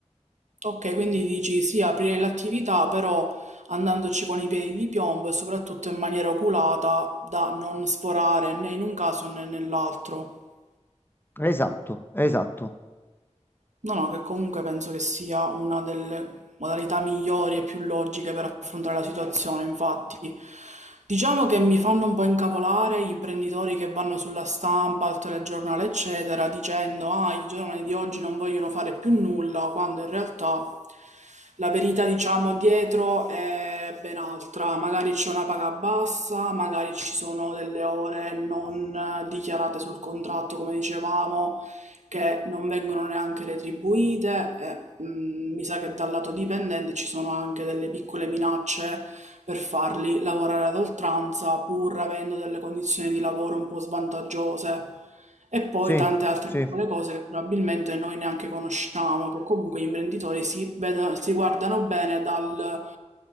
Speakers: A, on the right; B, on the left.
A: Ok, quindi dici sì, aprire l'attività, però andandoci con i piedi di piombo e soprattutto in maniera oculata, da non sforare né in un caso né nell'altro.
B: Esatto, esatto.
A: No, no, che comunque penso che sia una delle modalità migliori e più logiche per affrontare la situazione. Infatti, diciamo che mi fanno un po' incavolare gli imprenditori che vanno sulla stampa, al telegiornale, eccetera, dicendo: Ah, i giovani di oggi non vogliono fare più nulla, quando in realtà la verità, diciamo, dietro è ben altra. Magari c'è una paga bassa, magari ci sono delle ore non eh, dichiarate sul contratto, come dicevamo che non vengono neanche retribuite e mh, mi sa che dal lato dipendente ci sono anche delle piccole minacce per farli lavorare ad oltranza pur avendo delle condizioni di lavoro un po' svantaggiose e poi
B: Sì,
A: tante altre
B: sì.
A: piccole cose che probabilmente noi neanche conosciamo, che comunque gli imprenditori si vedono- si guardano bene dal